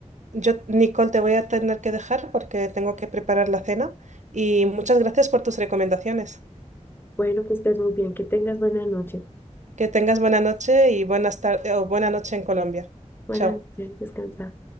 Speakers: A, on the right (about 75°); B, on the left (about 15°).
A: yo, Nicole, te voy a tener que dejar porque tengo que preparar la cena y muchas gracias por tus recomendaciones.
B: bueno, que estés muy bien, que tengas buena noche.
A: Que tengas buena noche y buenas tardes o buena noche en Colombia.
B: Buenas
A: Chao.
B: noches, descansa.